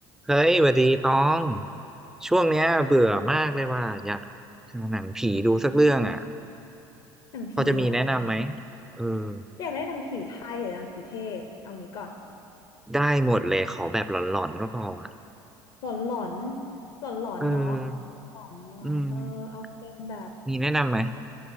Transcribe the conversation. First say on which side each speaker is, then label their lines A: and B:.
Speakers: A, in the centre; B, on the left.
A: เฮ้ยหวัดดีตอง ช่วงเนี้ยเบื่อมากเลยว่าอยากหาหนังผีดูสักเรื่องอ่ะ
B: หนังผีเหรอ
A: พอจะมีแนะนำไหมเออ
B: อยากได้หนังผีไทยหรือหนังผีเทศเอางี้ก่อน
A: ได้หมดเลยขอแบบหลอนๆก็พออะ
B: หลอนหลอนหลอนหลอนเนาะหลอนๆว่ะเออเอาเป็นแบบ
A: เอออืมมีแนะนำไหม